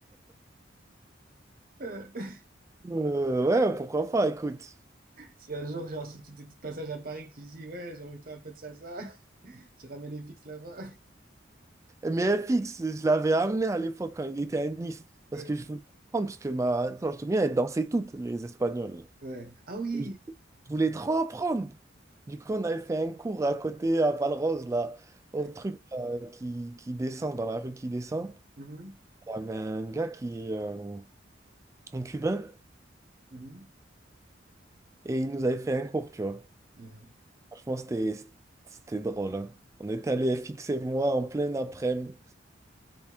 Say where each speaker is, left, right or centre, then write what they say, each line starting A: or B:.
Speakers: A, on the right; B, on the right.
A: <laughs>
B: Euh, ouais, pourquoi pas, écoute.
A: Si un jour, genre, si tu es de passage à Paris, que tu dis, ouais, j'ai envie de faire un peu de salsa, <laughs> tu ramènes les fixes là-bas.
B: Mais FX, je l'avais amené à l'époque quand il était à Nice, parce
A: Euh,
B: que je voulais apprendre, parce que ma... quand je te souviens, elle dansait toutes, les Espagnols.
A: ouais. Ah oui!
B: Je voulais trop apprendre. Du coup, on avait fait un cours à côté, à Valrose, là, au
A: Euh,
B: truc là, qui, qui descend, dans la rue qui descend.
A: mhm,
B: Il y avait un gars qui... euh, un Cubain,
A: mhm,
B: et il nous avait fait un cours, tu vois.
A: mhm.
B: Franchement, c'était c'était drôle, hein. On était allé FX et moi en plein après-midi.